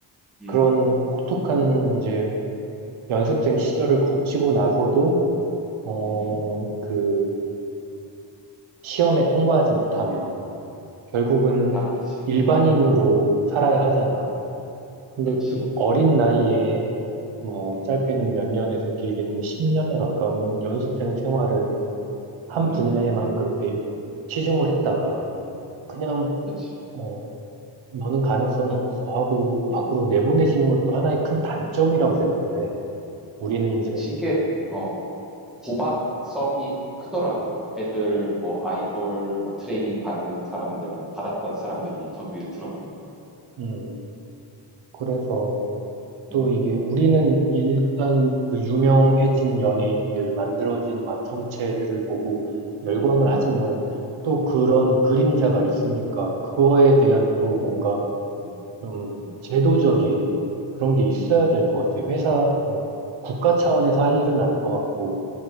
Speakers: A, in the centre; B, on the right.
A: 음,
B: 그런 혹독한 이제 연습생 시절을
A: 음,
B: 거치고 나서도 어,
A: 음.
B: 그 시험에 통과하지 못하면 결국은
A: 나가리지.
B: 일반인으로
A: 어,
B: 살아야 하잖아.
A: 음,
B: 근데
A: 그렇지.
B: 그 어린 나이에 뭐
A: 음,
B: 짧게는 몇 년에서 길게는 10년에 가까운 연습생 생활을 한
A: 음,
B: 분야에만 그렇게 치중을 했다가 그냥
A: 그렇지.
B: 어, 너는 가능성이
A: 어,
B: 없어 하고 밖으로
A: 음.
B: 내보내지는 것도 하나의 큰 단점이라고 생각을 해. 우리는 이제,
A: 그치, 이게, 어, 도박성이 크더라고. 애들 뭐 아이돌 뭐 트레이닝 받는 사람들 아니면 받았던 사람들 인터뷰 들어보면은
B: 음, 그래서 또
A: 음,
B: 이게 우리는 일단 그 유명해진 연예인들, 만들어진 완성체들을 보고 열광을
A: 음,
B: 하지만 또 그런 그림자가 있으니까 그거에 대한 또 뭔가
A: 음,
B: 좀
A: 음,
B: 제도적인 그런 게 있어야
A: 음.
B: 될 것 같아. 회사, 어, 국가 차원에서 할 일은 아닌 것 같고,